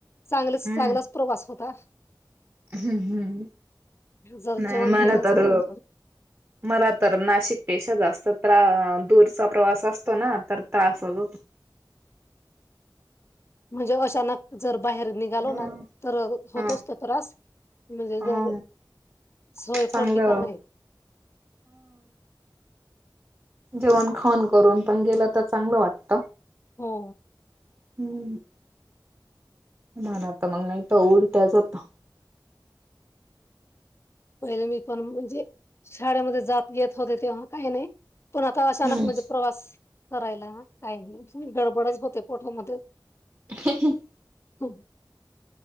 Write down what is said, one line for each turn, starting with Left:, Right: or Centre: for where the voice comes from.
Left: चांगल चांगलाच
Right: हम्म
Left: प्रवास होता.
Right: हम्म हम्
Left: जर
Right: नाही
Left: जेवण
Right: मला
Left: केलंच
Right: तर.
Left: नाही
Right: मला तर नाशिकपेक्षा जास्त त्र दूरचा प्रवास असतो ना तर त्रासच होतो.
Left: म्हणजे अचानक जर बाहेर निघ. निघालो
Right: हम्म
Left: ना, तर होतच
Right: हा
Left: तो त्रास म्हणजे जर,
Right: हा
Left: सोय
Right: चांगलं
Left: पडली का नाही?
Right: जेवून खाऊन करून पण गेलं तर चांगलं वाटत.
Left: हो
Right: हम्म मला तर मग नाही तर उलट्याच होता.
Left: पहिले मी पण म्हणजे शाळेमध्ये जात येत होते तेव्हा काही नाही. पण आता
Right: हम्म
Left: अचानक म्हणजे प्रवास करायला काय नाही गडबडच होते पोटामध्ये.
Right: ह
Left: हं